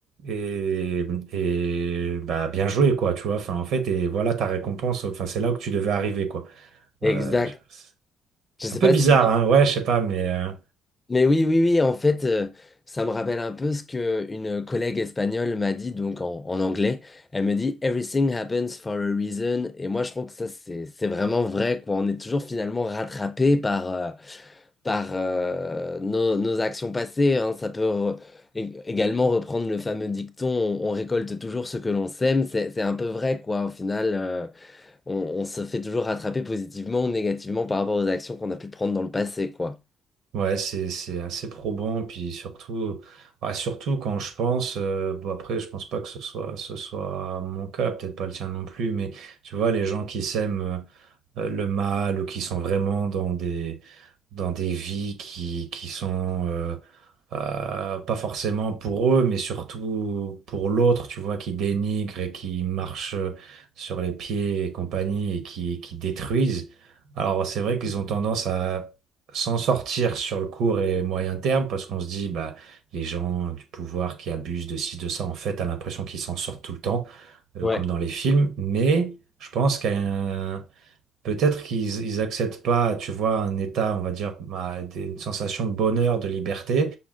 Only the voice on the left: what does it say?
Exact.
Je sais
pas
si
Mais oui, oui, oui, en fait, euh, ça me rappelle un peu ce que une collègue espagnole m'a dit, donc en, en anglais. Elle me dit Everything happens for a reason. Et moi, je trouve que ça, c'est, c'est vraiment vrai, quoi. On est toujours finalement rattrapé par, euh, par euh, nos, nos actions passées, hein. Ça peut re- ég- également reprendre le fameux dicton on, on récolte toujours ce que l'on sème. C'est, c'est un peu vrai, quoi. Au final, euh, on, on se fait toujours rattraper positivement ou négativement par rapport aux actions qu'on a pu prendre dans le passé, quoi.
Ouais,